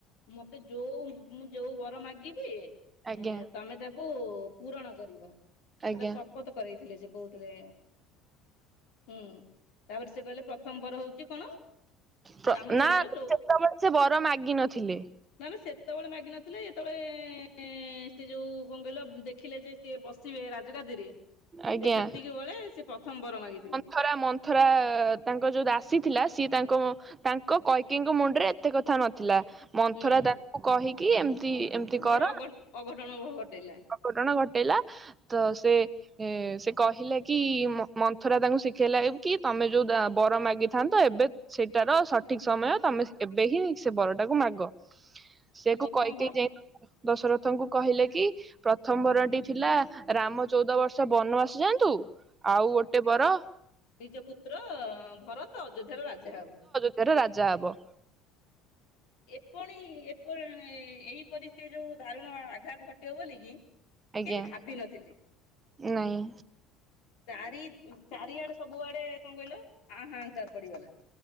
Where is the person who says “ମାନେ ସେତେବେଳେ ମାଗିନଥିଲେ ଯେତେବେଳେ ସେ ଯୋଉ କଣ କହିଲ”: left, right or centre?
Left